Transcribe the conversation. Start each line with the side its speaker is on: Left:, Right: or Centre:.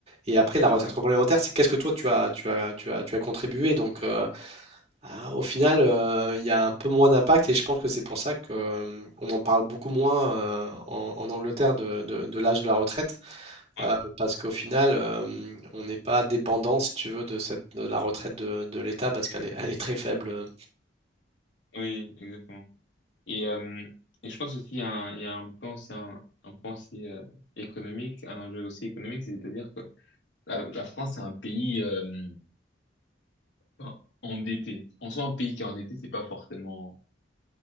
Right: Et après, la retraite
Left: c'est ça.
Right: complémentaire, c'est qu'est-ce que toi, tu as, tu as, tu as, tu as contribué. Donc, euh, ah, au final, euh, il y a un peu moins d'impact et je pense que c'est pour ça que, euh, on en parle beaucoup moins euh, en, en Angleterre de, de- de l'âge de la retraite,
Left: Ouais,
Right: euh, parce qu'au final, euh, on n'est pas dépendant, si tu veux, de, cette, de la retraite de, de l'État parce qu'elle est, elle est très faible. euh.
Left: oui, exactement. Et, euh, et je pense aussi il y a un, il y a un point, c'est un, un point aussi euh, économique, un enjeu aussi économique, c'est-à-dire que la, la France c'est un pays euh, enfin, endetté. En soi, un pays qui est endetté, c'est pas forcément